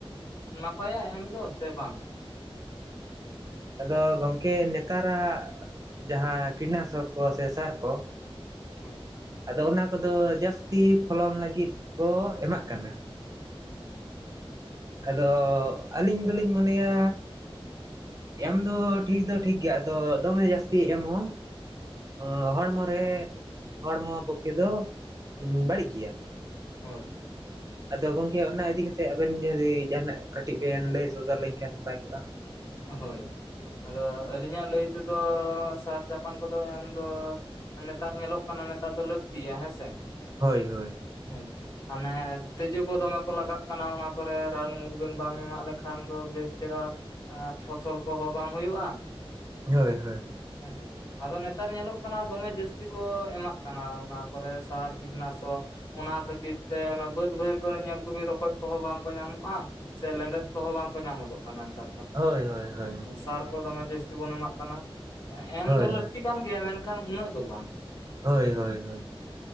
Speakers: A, on the left (about 40°); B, on the right (about 35°).
A: ᱱᱟᱯᱟᱭᱟ ᱮᱢ ᱫᱚ ᱥᱮ ᱵᱟᱝ?
B: ᱟᱫᱚ ᱜᱚᱝᱠᱮ ᱱᱮᱛᱟᱨᱟᱜ ᱡᱟᱦᱟᱸ ᱠᱤᱴᱱᱟᱥᱚᱠ ᱠᱚ ᱥᱮ ᱥᱟᱨ ᱠᱚ,
A: ᱦᱳᱭ᱾
B: ᱟᱫᱚ ᱚᱱᱟ ᱠᱚᱫᱚ ᱡᱟᱹᱥᱛᱤ ᱯᱷᱚᱞᱚᱱ ᱞᱟᱹᱜᱤᱫ ᱠᱚ ᱮᱢᱟᱜ ᱠᱟᱱᱟ᱾
A: ᱦᱩᱸ ᱟᱪᱪᱷᱟ᱾
B: ᱟᱫᱚ ᱟᱹᱞᱤᱧ ᱫᱚᱞᱤᱧ ᱢᱚᱱᱮᱭᱟ ᱮᱢ ᱫᱚ ᱴᱷᱤᱠ ᱫᱚ ᱴᱷᱤᱠ ᱜᱮᱭᱟ ᱟᱫᱚ ᱫᱚᱢᱮ ᱡᱟᱹᱥᱛᱤ ᱮᱢ ᱦᱚᱸ ᱚᱸ ᱦᱚᱲᱢᱚ ᱨᱮ ᱦᱚᱲᱢᱚ ᱯᱚᱠᱠᱷᱮ ᱫᱚ ᱩᱸ ᱵᱟᱹᱲᱤᱡ ᱜᱮᱭᱟ᱾
A: ᱦᱳᱭ᱾
B: ᱟᱫᱚ ᱜᱚᱝᱠᱮ ᱚᱱᱟ ᱤᱫᱤ ᱠᱟᱛᱮᱫ ᱟᱵᱮᱱ ᱡᱩᱫᱤ ᱡᱟᱦᱟᱱᱟᱜ ᱠᱟᱹᱴᱤᱡ ᱵᱮᱱ ᱞᱟᱹᱭ ᱥᱚᱫᱚᱨ ᱟᱞᱤᱧ ᱠᱷᱟᱱ ᱱᱟᱯᱟᱭ ᱠᱚᱜ-ᱟ᱾
A: ᱦᱳᱭ ᱟᱫᱚ ᱟᱹᱞᱤᱧᱟᱜ ᱞᱟᱹᱭ ᱛᱮᱫᱚ ᱥᱟᱨ ᱪᱟᱯᱟᱱ ᱠᱚᱫᱚ ᱮᱢᱫᱚ ᱱᱮᱛᱟᱨ ᱧᱮᱞᱚᱜ ᱠᱟᱱᱟ ᱱᱮᱛᱟᱨ ᱫᱚ ᱞᱟᱹᱠᱛᱤᱭᱟ ᱦᱮᱸᱥᱮ ᱾
B: ᱦᱳᱭ ᱦᱳᱭ ᱾
A: ᱦᱩᱸ ᱾ ᱦᱟᱱᱮ ᱛᱮᱡᱩ ᱠᱚ ᱫᱚᱢᱮ ᱠᱚ ᱞᱟᱜᱟᱜ ᱠᱟᱱᱟ, ᱚᱱᱟ ᱠᱚᱨᱮ ᱨᱟᱱ ᱢᱩᱨᱜᱟᱹᱱ ᱵᱟᱢ ᱮᱢᱟᱜ ᱞᱮᱠᱷᱟᱱ ᱫᱚ ᱵᱮᱥ ᱪᱮᱦᱨᱟᱼᱼ ᱯᱷᱚᱥᱚᱞ ᱠᱚᱦᱚᱸ ᱵᱟᱝ ᱦᱩᱭᱩᱜ-ᱟ ᱾
B: ᱦᱚᱭ ᱦᱚᱭ ᱾
A: ᱦᱮᱸ ᱥᱮ ᱾ ᱟᱫᱚ ᱱᱮᱛᱟᱨ ᱧᱮᱞᱚᱜ ᱠᱟᱱᱟ ᱫᱚᱢᱮ ᱡᱟᱹᱥᱛᱤ ᱠᱚ ᱮᱢᱟᱜ ᱠᱟᱱᱟ ᱚᱱᱟ ᱠᱚᱨᱮ ᱥᱟᱨ ᱵᱤᱴᱱᱟᱥᱚᱠ ᱾ ᱚᱱᱟ ᱠᱷᱟᱹᱛᱤᱨ ᱛᱮ ᱚᱱᱟ ᱵᱟᱹᱫᱽ ᱵᱟᱹᱭᱦᱟᱹᱲ ᱠᱚᱨᱮ ᱧᱮᱞ ᱠᱚᱵᱤᱱ ᱨᱚᱠᱚᱡ ᱠᱚᱦᱚᱸ ᱵᱟᱝ ᱠᱚ ᱧᱟᱢᱚᱜ-ᱟ ᱾ ᱥᱮ ᱞᱮᱸᱰᱮᱫ ᱠᱚᱦᱚᱸ ᱵᱟᱝᱠᱚ ᱧᱟᱢᱚᱫᱚᱜ ᱠᱟᱱᱟ ᱱᱮᱛᱟᱨ ᱱᱮᱛᱟᱨ ᱫᱚ ᱾
B: ᱦᱚᱭ ᱦᱚᱭ ᱦᱚᱭ ᱾
A: ᱥᱟᱨ ᱠᱚ ᱫᱚᱢᱮ ᱡᱟᱹᱥᱛᱤ ᱵᱚᱱ ᱮᱢᱟᱜ ᱠᱟᱱᱟ ᱾ ᱮᱢ
B: ᱦᱳᱭ
A: ᱫᱚ ᱞᱟᱹᱠᱛᱤ ᱠᱟᱱ ᱜᱮᱭᱟ ᱢᱮᱱᱠᱷᱟᱱ ᱩᱱᱟᱹᱜ ᱫᱚ ᱵᱟᱝ ᱾
B: ᱦᱳᱭ ᱦᱳᱭ ᱦᱳᱭ ᱾